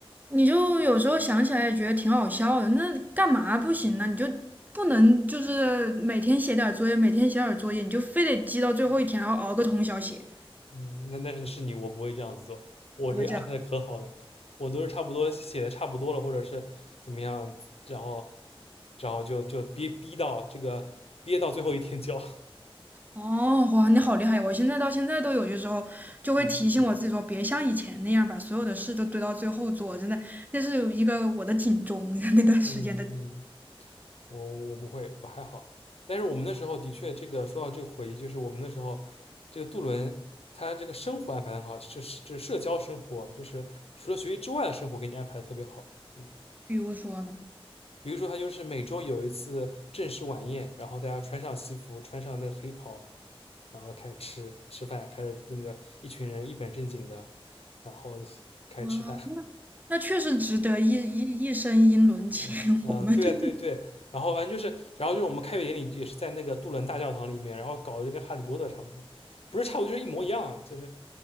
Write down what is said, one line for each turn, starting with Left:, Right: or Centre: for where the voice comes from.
Right: 你就有时候想起来也觉得挺好笑的。那干嘛不行呢？你就不能就是每天写点儿作业，每天写点儿作业，你就非得积到最后一天，然后熬个通宵写，
Left: 嗯，那那是是你，我不会这样子做，我这个安排的可好了，
Right: 不会这样。
Left: 我都是差不多写的差不多了，或者是怎么样，然后然后就就憋逼到这个憋到最后一天交。<laughs>
Right: 哦，哇，你好厉害！我现在到现在都有些时候就会提醒我自己说，
Left: 嗯
Right: 别像以前那样把所有的事都堆到最后做，真的，那是有一个我的警钟。<laughs> 那段时间的，
Left: 嗯嗯，我我不会，我还好。但是我们那时候的确，这个说到这个回忆，就是我们那时候，这个杜伦他这个生活安排的很好，就是就是社交生活，就是除了学习之外的生活给你安排的特别好。嗯，
Right: 比如说呢，
Left: 比如说他就是每周有一次正式晚宴，然后大家穿上西服，穿上那个黑袍，然后开始吃吃饭，开始那个一群人一本正经的，然后开始吃饭。
Right: 哇，那确实值得一一一身英伦情，
Left: 嗯嗯呃对对对，
Right: <laughs> 我们就
Left: 然后反正就是，然后就是我们开学典礼也是在那个杜伦大教堂里面，然后搞得就跟哈利波特差不多，不是差不多就是一模一样，就是